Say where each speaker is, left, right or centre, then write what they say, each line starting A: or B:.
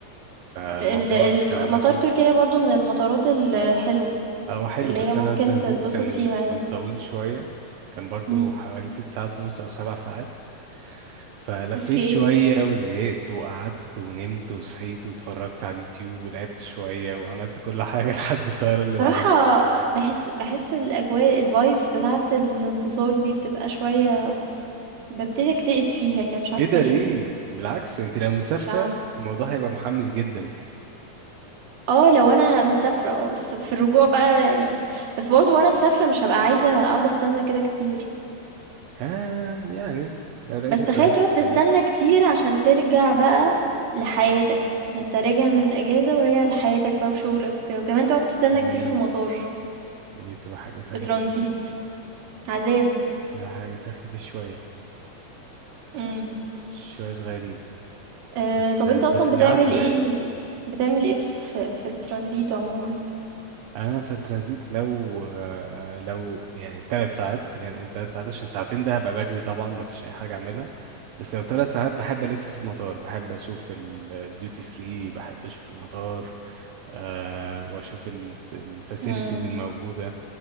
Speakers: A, on the right; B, on the right.
A: فالموضوع
B: ت ال الم
A: كان
B: مطار
A: لطيف
B: تركيا برضه من المطارات الحلوة،
A: او حلو
B: اللي
A: بس
B: هي ممكن
A: انا الترانزيت
B: تتبسط
A: كان
B: فيها يعني.
A: كان طويل شوية كان برضو
B: إمم.
A: حوالي ست ساعات ونص او سبع ساعات فلفيت
B: أوكي.
A: شوية وزهقت وقعدت ونمت وصحيت واتفرجت على اليوتيوب ولعبت شوية وعملت كل حاجة <laughs> لحد الطيارة اللي بعدها
B: بصراحة باحس باحس الأجواء الvibes بتاعة الانتصار دي بتبقى شوية ببتدي اكتئب فيها كده مش عارفة
A: ايه ده
B: ليه
A: ليه؟ بالعكس انت لو مسافرة
B: مش عارفة
A: الموضوع هيبقى محمس جدا
B: اه لو انا مسافرة اه بس في الرجوع بقى يعني بس برضو وانا مسافرة مش هبقى عايزة اقعد استنى كده كتير
A: ها يعني لو لقيتي
B: بس تخيل
A: الطيارة
B: تقعد تستنى
A: كويسة
B: كتير عشان ترجع بقى لحياتك يعني انت راجع من اجازة وراجع لحياتك بقى وشغلك وكده. وكمان تقعد تستنى
A: مم.
B: كتير في مطار
A: دي تبقى حاجة سخيفة
B: في ترانزيت
A: فعلا.
B: عذاب
A: تبقى حاجة سخيفة شوية
B: امم
A: شوية صغيرين
B: أه
A: بس
B: طب
A: بس
B: انت اصلا بتعمل
A: بيعدوا
B: ايه
A: يعني
B: بتعمل ايه في, في الترانزيت عموما
A: انا في الترانزيت لو آه، آه، لو يعني ثلاث ساعات خلينا نقول ثلاث ساعات عشان ساعتين ده هبقى بجري طبعا ما فيش اي حاجه اعملها بس لو ثلاث ساعات بحب الف في المطار بحب اشوف الديوتي فري بحب اشوف المطار آه واشوف الفاسيلتيز
B: امم
A: الموجوده